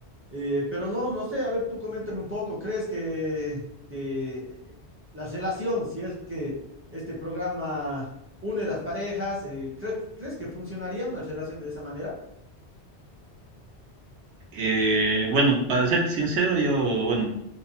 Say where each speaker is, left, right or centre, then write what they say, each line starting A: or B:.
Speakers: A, on the right; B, on the right.
A: Eh, pero no, no sé, a ver, tú coméntame un poco, ¿crees que, que eh, la relación, si es que este programa une las parejas, eh, cre- ¿crees que funcionaría una relación de esa manera?
B: Eh, bueno, para serte sincero, yo, bueno,